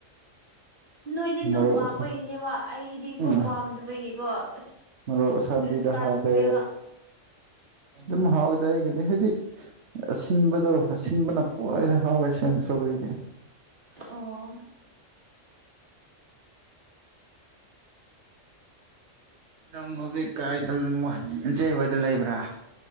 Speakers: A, on the right; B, on the right.
A: ꯅꯣꯏꯗꯤ ꯑꯗꯨꯝ
B: ꯃꯣꯔꯣꯛ
A: ꯄꯥꯝꯕꯩꯅꯦꯕ
B: ꯑꯁꯥ
A: ꯑꯩꯗꯤꯀꯣ
B: ꯎꯝ
A: ꯄꯥꯝꯗꯕꯒꯤꯀꯣ ꯑꯁ
B: ꯃꯔꯣꯛ ꯑꯁꯥꯕꯤꯗ
A: ꯎꯝ ꯇꯟꯈ꯭ꯔꯦ
B: ꯍꯥꯞꯄꯦ
A: ꯕꯥ
B: ꯑꯗꯨꯝ ꯍꯥꯎꯏꯗꯥ ꯑꯩꯒꯤꯗꯤ ꯍꯥꯏꯗꯤ ꯑꯁꯤꯟꯕꯗꯣ ꯑꯁꯤ ꯑꯁꯤꯟꯕꯅ ꯈ꯭ꯋꯥꯏꯗ ꯍꯥꯎꯋꯦꯁꯦ ꯁꯣꯒ꯭ꯔꯤꯗꯤ
A: ꯑꯣ
B: ꯅꯪ ꯍꯧꯖꯤꯛ ꯀꯥꯏꯗ ꯅꯆꯦ ꯍꯣꯏꯗ ꯂꯩꯕ꯭ꯔꯥ